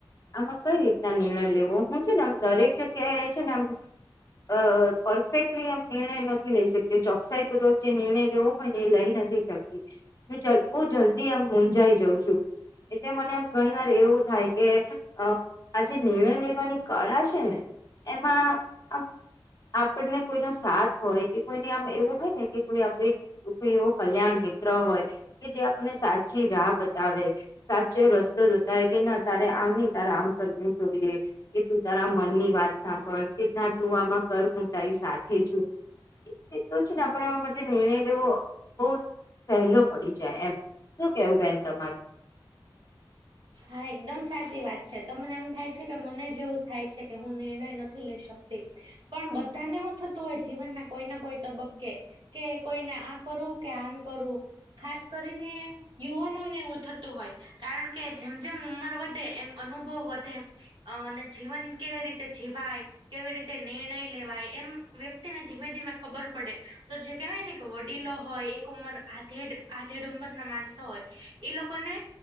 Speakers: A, on the left; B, on the right.
A: આમાં કઈ રીતના નિર્ણય લેવો હું છે ને આમ દરેક જગ્યા એ છે ને આમ- - અ પરફેક્ટલી આમ નિર્ણય નથી લઈ શકતી ચોકસાઈ પૂર્વક જે નિર્ણય લેવો- - એ લઈ નથી શકતી હ બહુ જલ્દી એમ મુંજાઈ જાઉં છું. એટલે મને આમ ઘણી વાર એવું થાય કે અ- - આજે નિર્ણય લેવાની કળા છે ને એમાં આ- - આપણને કોઈનો સાથ હોય કે કોઈને આમ એવું હોય ને કે કોઈ આપે- - તો કોઈ એવો કલ્યાણ મિત્ર હોય કે જે આપણને સાચી રાહ બતાવે- - સાચો રસ્તો જતા હોય કે તારે આમ નહ તારે આમ કરવું જોઈએ કે તું તારા મનની વાત સાંભળ કે ના તું આમાં કર હું તારી સાથે છું. તો છે ને આપણે એમાં માટે નિર્ણય લેવો બહુજ- - પહેલો પડી જાય એમ શું કેવું બેન તમારું?
B: હા એકદમ સાચી વાત છે તમને એમ થાય છે કે મને જેવું થાય છે કે હું નિર્ણય નથી લઈ શકતી. પણ બધાને એવું થતું હોય જીવન ના કોઈ ના કોઈ તબક્કે કે કોઈને આ કરું કે આમ કરું ખાસ કરીને યુવાનોને એવું થતું હોય કારણ- - કે જેમ જેમ ઉંમર વધે એમ અનુભવ વધે- - અ ને જીવન કેવી રીતે જીવાય- - કેવી રીતે નિર્ણય લેવાય એમ વ્યક્તિને ધીમે ધીમે ખબર પડે તો જે કેવાય ને કે વડીલો હોય એક ઉંમર આધેડ આધેડ ઉંમર ના માણસો હોય એ લોકોને